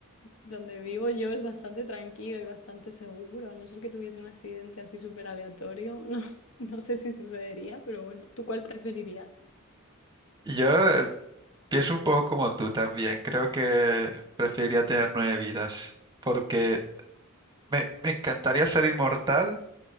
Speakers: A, on the left (about 75°); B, on the right (about 20°).
A: donde vivo yo es bastante tranquilo y bastante seguro, a no ser que tuviese un accidente así súper aleatorio, no, <laughs> no sé si sucedería, pero bueno, ¿tú cuál preferirías?
B: Y Yo, eh, Pienso un poco como tú también. Creo que preferiría tener nueve vidas, porque me, me encantaría ser inmortal,